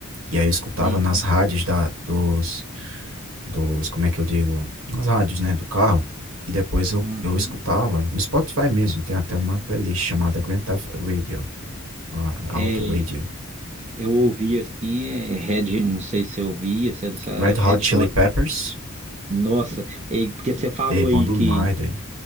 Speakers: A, on the right; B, on the right.
A: e aí eu escutava
B: uhum,
A: nas rádios da, dos, dos, como é que eu digo, nas rádios, né, do carro. E depois eu,
B: uhum.
A: eu escutava, no Spotify mesmo, tem até uma playlist chamada Grand Theft Radio, ah, Auto
B: É,
A: Radio.
B: eu ouvi, assim, é Red, não sei se eu ouvi, se é dessa- é
A: Red
B: Red
A: Hot Chili
B: Hot,
A: Peppers,
B: nossa, é, porque você falou
A: é bom
B: aí
A: demais,
B: que
A: doido.